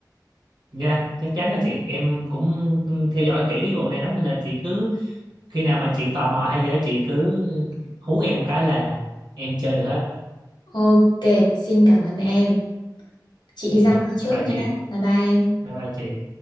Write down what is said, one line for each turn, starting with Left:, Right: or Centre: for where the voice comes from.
Right: Dạ, chắc chắn là chị em cũng theo dõi kỹ cái vụ này lắm nên là chị cứ khi nào mà chị tò mò hay gì đó chị cứ hú em một cái là em chơi được hết.
Left: Ok, xin cảm ơn em. Chị
Right: Dạ.
Left: đi ra ngoài trước
Right: Bye bye
Left: nhá.
Right: chị.
Left: Bye bye em.
Right: Bye bye chị.